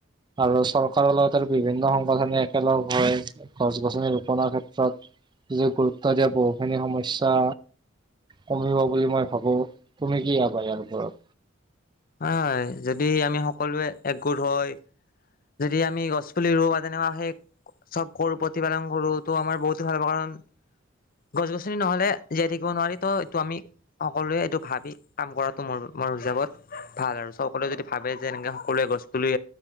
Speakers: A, on the right; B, on the left.
A: আৰু চৰকাৰৰ লগতে বিভিন্ন সংগঠনে একেলগ হয় গছ-গছনি ৰোপনৰৰ ক্ষেত্ৰত গুৰুত্ব দিয়া বহুখিনি সমস্যা কমিব বুলি মই ভাবো, তুমি কি ভাবা ইয়াৰ ওপৰত?
B: হয় যদি আমি সকলোৱে একগোট হয়। যদি আমি গছ পুলি ৰু বা তেনেকুৱা সেই চব কৰোঁ প্ৰতিপালন কৰো তো আমাৰ বহুতো ভাল হব কাৰণ গছ-গছনি নহলে জীয়াই থাকিব নোৱাৰিতো এইটো আমি সকলোৱে এইটো ভাবি কাম কৰাটো মোৰ মোৰ হিচাপত ভাল আৰু সকলোৱে যদি ভাবে যে এনেকে সকলোৱে গছ পুলি